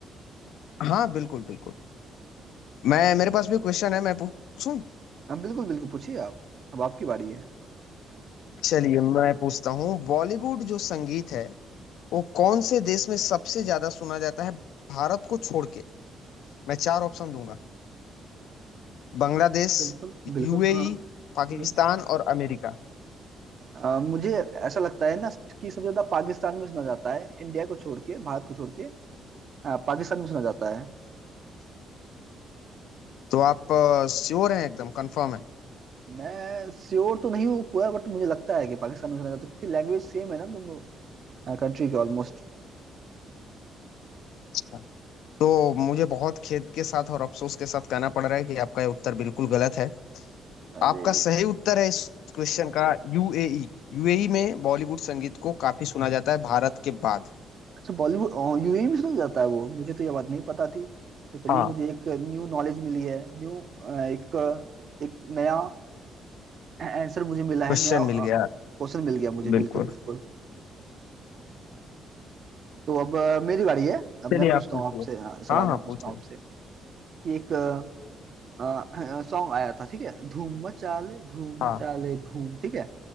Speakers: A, on the left; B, on the right.
A: हाँ बिल्कुल बिल्कुल मैं मेरे पास भी क्वेश्चन है मैं पूछूं
B: हाँ बिल्कुल बिल्कुल पूछिए आप अब आपकी बारी है
A: चलिए मैं पूछता हूँ बॉलीवुड जो संगीत है वो कौन से देश में सबसे ज्यादा सुना जाता है भारत को छोड़ के मैं चार ऑप्शन दूंगा बांग्लादेश
B: बिल्कुल बिल्कुल
A: यूएई
B: हाँ
A: पाकिस्तान
B: हम्म
A: और अमेरिका
B: अ, मुझे ऐसा लगता है ना कि सबसे ज्यादा पाकिस्तान में सुना जाता है इंडिया को छोड़ के भारत को छोड़ के अ, पाकिस्तान में सुना जाता है
A: तो आप श्योर हैं एकदम कंफर्म है
B: मैं श्योर तो नहीं हूँ पूरा बट मुझे लगता है कि पाकिस्तान में सुना जाता है क्योंकि लैंग्वेज सेम है ना दोनों कंट्री के ऑलमोस्ट
A: हाँ। तो मुझे बहुत खेद के साथ और अफसोस के साथ कहना पड़ रहा है कि आपका ये उत्तर बिल्कुल गलत है
B: अरे
A: आपका सही उत्तर है इस क्वेश्चन का यूएई यूएई में बॉलीवुड संगीत को काफी सुना जाता है भारत के बाद
B: अच्छा बॉलीवुड यूएई में सुना जाता है वो मुझे तो ये बात नहीं पता थी तो चलिए
A: हाँ
B: मुझे एक न्यू नॉलेज मिली है न्यू एक एक नया आंसर मुझे मिला है
A: क्वेश्चन
B: नया क्वेश्चन
A: मिल गया
B: मिल गया मुझे
A: बिल्कुल
B: बिल्कुल बिल्कुल तो अब अ, मेरी बारी है अब
A: चलिए
B: मैं पूछता
A: आप पूछिए
B: हूँ आपसे अ, सवाल
A: हाँ हाँ
B: मैं पूछता
A: पूछ
B: हूँ
A: रहे
B: आपसे कि एक सॉन्ग आया था ठीक है धूम मचा ले धूम
A: हाँ
B: मचा ले धूम ठीक है